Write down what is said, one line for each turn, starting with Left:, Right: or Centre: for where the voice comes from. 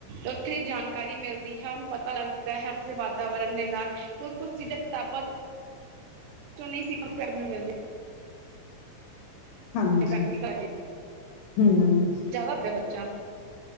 Right: ਉੱਥੇ ਦੀ ਜਾਣਕਾਰੀ ਮਿਲਦੀ ਹੈ ਉਹਨੂੰ ਪਤਾ ਲੱਗਦਾ ਹੈ। ਵਾਤਾਵਰਨ ਦੇ ਨਾਲ ਕੁੱ ਕੁੱ ਚੀਜ਼ਾਂ ਕਿਤਾਬਾਂ ਚੋ
Left: ਹਮ।
Right: ਜੋ ਨਹੀਂ ਸੀ ਕੰਮ ਕਰਨ ਨੂੰ ਮਿਲਦੇ
Left: ਹਾਂਜੀ
Right: ਕਰ ਕੀ ਕਰ ਰੇ
Left: ਹਮ
Right: ਜ਼ਿਆਦਾ ਪਿਆ ਬੱਚਾ